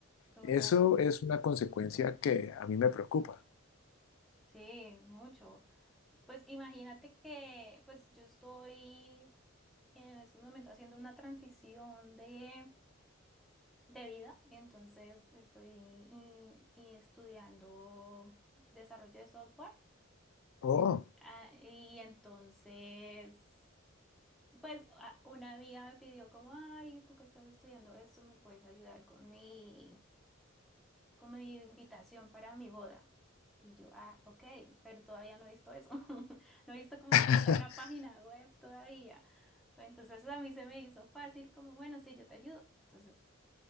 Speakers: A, in the centre; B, on the left.
A: Total.
B: Eso es una consecuencia que a mí me preocupa.
A: Sí, mucho. Pues imagínate que pues yo estoy en este momento haciendo una transición de, de vida, entonces estoy y- y estudiando desarrollo de software
B: Oh,
A: ah, y entonces, pues a- una amiga me pidió como, ay, tú que estás estudiando esto, ¿me puedes ayudar con mi, como mi invitación para mi boda. Y yo, ah, ok, pero todavía no he visto eso. <laughs> No he visto cómo
B: <laughs>
A: se hace una página web todavía. Entonces a mí se me hizo fácil, como, bueno, sí, yo te ayudo. Entonces